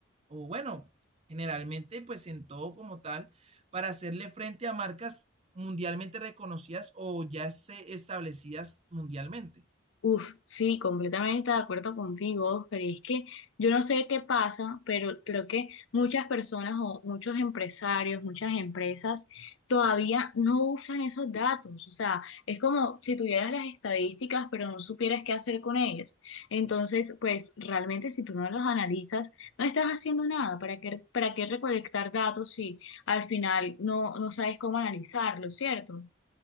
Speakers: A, on the right (about 30°); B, on the left (about 65°).
A: o bueno, generalmente pues en todo como tal, para hacerle frente a marcas mundialmente reconocidas o ya se establecidas mundialmente.
B: Uf, sí, completamente de acuerdo contigo, pero es que yo no sé qué pasa, pero creo que muchas personas o muchos empresarios, muchas empresas todavía no usan esos datos. O sea, es como si tuvieras las estadísticas, pero no supieras qué hacer con ellas. Entonces, pues realmente si tú no los analizas, no estás haciendo nada. ¿Para qué, para qué recolectar datos si al final no, no sabes cómo analizarlo, ¿cierto?